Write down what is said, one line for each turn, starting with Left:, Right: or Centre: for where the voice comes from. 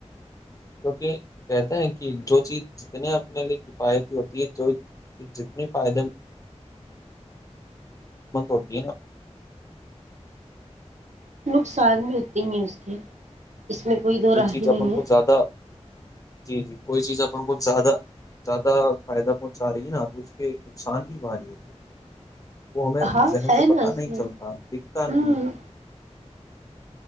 Left: کیونکہ کہتا ہے کہ جو چیز جتنے اپنے لیے کفایتی ہوتی ہے جو جتنے فائدے ب ہوتی نا
Right: نقصان بھی ہوتے ہیں اس کے اس میں کوئی دو راہ
Left: چیز
Right: نہیں
Left: اپن کو
Right: ہے
Left: زیادہ جی جی کوئی چیز اپ ان کو زیادہ زیادہ فائدہ پہنچا رہی ہے نا تو اس کے نقصان بھی با رہی ہے وہ ہمیں
Right: ہاں
Left: ذہن
Right: ہے
Left: سے
Right: نا
Left: پتہ
Right: اس
Left: نہیں
Right: میں
Left: چلتا دکھتا
Right: ہوں
Left: نہیں